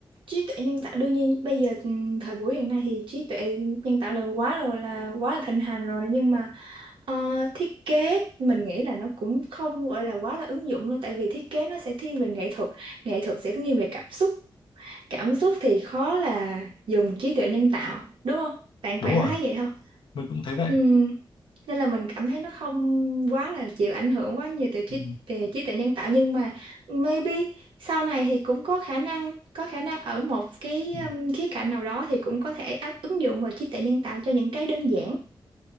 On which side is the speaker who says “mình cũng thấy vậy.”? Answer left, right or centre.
Left